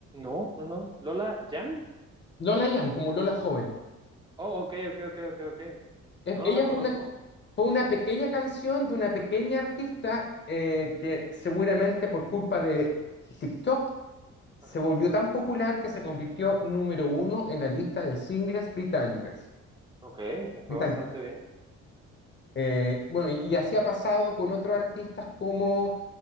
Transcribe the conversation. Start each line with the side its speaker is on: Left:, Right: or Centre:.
Right: No, no, no. Lola Jan.
Left: Lola Young, como Lola joven.
Right: Oh, ok, ok, ok, ok, ok.
Left: E-
Right: No, no
Left: ella
Right: la conozco.
Left: fue una, fue una pequeña canción de una pequeña artista eh, que seguramente por culpa de TikTok Se
Right: Ajá.
Left: volvió tan popular que se convirtió número uno en la lista de singles británicas.
Right: Ok, le
Left: británicas.
Right: fue bastante bien.
Left: Eh, bueno, y, y así ha pasado con otros artistas como